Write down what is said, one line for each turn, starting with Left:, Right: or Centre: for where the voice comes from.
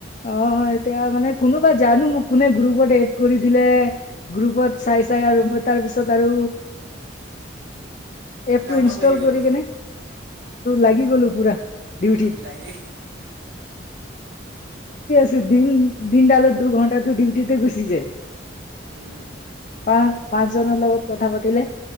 Left: অ এতিয়া মানে কোনোবা জানো মোক কোনে গ্ৰুপত এড কৰি দিলে গ্ৰুপত চাই চাই আৰু। তাৰপিছত আৰু এপ
Right: কামত
Left: টো ইনষ্টল
Right: লাগি গ'লোঁ
Left: কৰি কেনে লাগি গ'লো পুৰা। ডিউটিত
Right: ই লাগে
Left: কি দ দিনডালত দুঘণ্টাটো ডিউটতে গুচি যায়।
Right: উম।
Left: প পাঁচজনৰ লগত কথা পাতিলে।